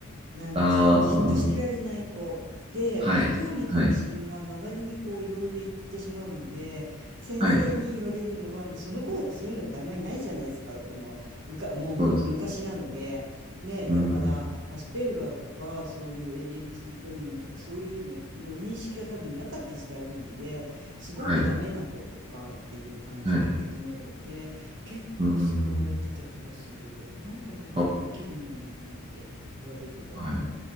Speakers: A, on the right; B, on the right.
A: なんですよ。
B: ああ、
A: じっとしてられない子。で、
B: はい。
A: 興味関心が周りにこういろいろ行ってしまうので、
B: はい。
A: 先生に言われるのが、
B: はい。
A: まあ、その頃ってそういうのってあんまりないじゃないですか。あの、むか、もうほんと昔なので。
B: そうです。
A: ね、
B: うん。
A: だから、アスペルガーとか、そういう ADHD のとか、そういうのの認識が多分なかった時代なので、すごくダメな子とかっていう感じで受け止められて、
B: はい。はい。
A: 結構叱られてた気がする。
B: うん。
A: なんであなたはできるのに、
B: あ、
A: なんて。言われてたかも。
B: はい。